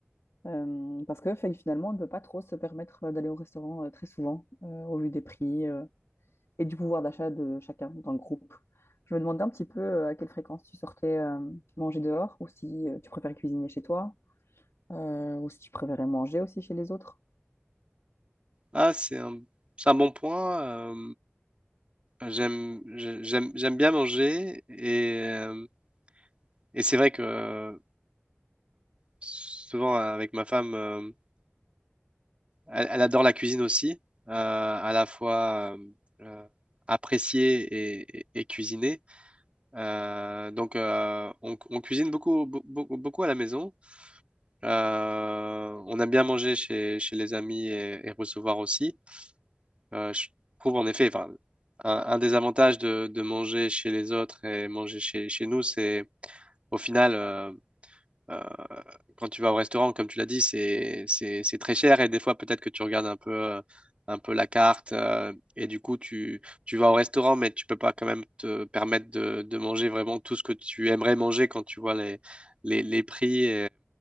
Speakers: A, on the left; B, on the right.
A: Euh, parce que fait, finalement, on ne peut pas trop se permettre euh, d'aller au restaurant euh, très souvent euh, au vu des prix. euh, et du pouvoir d'achat de chacun dans le groupe. Je me demandais un petit peu euh, à quelle fréquence tu sortais euh, manger dehors ou si euh, tu préférais cuisiner chez toi euh, ou si tu préférais manger aussi chez les autres.
B: Ah, c'est un, c'est un bon point. euh, j'aime, j'ai- j'aime, j'aime bien manger et, euh, et c'est vrai que euh, souvent avec ma femme, euh, elle, elle adore la cuisine aussi, euh, à la fois euh, euh, apprécier et, et- et cuisiner. Euh, donc euh, on, cu- on cuisine beaucoup, be- beaucoup, beaucoup à la maison. Euh, on aime bien manger chez, chez les amis et, et recevoir aussi. Euh, je trouve en effet, enfin, un, un des avantages de, de manger chez les autres et manger chez, chez nous, c'est au final, euh, euh, quand tu vas au restaurant, comme tu l'as dit, c'est, c'est, c'est très cher et des fois peut-être que tu regardes un peu, euh, un peu la carte euh, et du coup tu, tu vas au restaurant, mais tu peux pas quand même te permettre de, de manger vraiment tout ce que tu aimerais manger quand tu vois les, les, les prix.